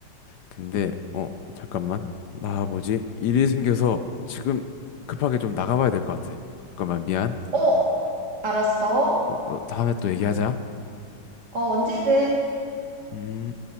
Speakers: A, on the left; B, on the right.
A: 근데, 어, 잠깐만. 나 뭐지? 일이 생겨서 지금 급하게 좀 나가봐야 될 것 같아. 잠깐만, 미안.
B: 어, 알았어.
A: 어, 어, 다음에 또 얘기하자.
B: 어, 언제든
A: 음.